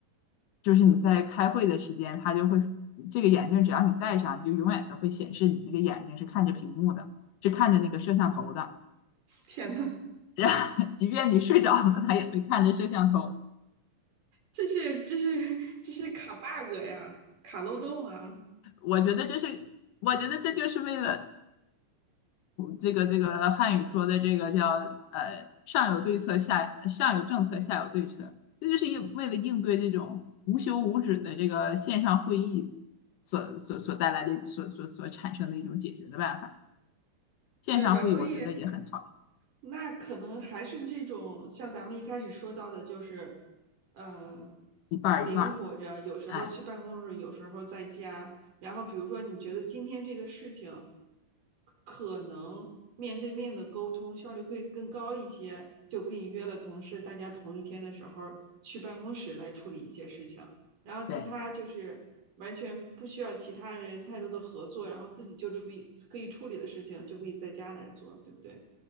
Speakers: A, on the left; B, on the right.
A: 就是你在开会的时间，他就会这个眼镜只要你戴上，你就永远都会显示你那个眼睛是看着屏幕的，是看着那个摄像头的。
B: 天呐，
A: <laughs> 然后即便你睡着了，他也会看着摄像头。
B: 这是这是这是卡 bug 呀，卡漏洞啊！
A: 我觉得这是，我觉得这就是为了这个这个汉语说的这个叫呃上有对策下上有政策下有对策，这就是应为了应对这种无休无止的这个线上会议所所所带来的所所所产生的一种解决的办法。线上会议我觉得也很讨厌，
B: 对吧？所以那可能还是这种像咱们一开始说到的，就是呃，
A: 一半儿一半儿。
B: 灵活着，有时候去办公室，
A: 哎，
B: 有时候在家。然后比如说，你觉得今天这个事情可能面对面的沟通效率会更高一些，就可以约了同事，大家同一天的时候去办公室来处理一些事情。然后其他就是完全不需要其他人太多的合作，
A: 对
B: 然后自己就处理可以处理的事情就可以在家来做，对不对？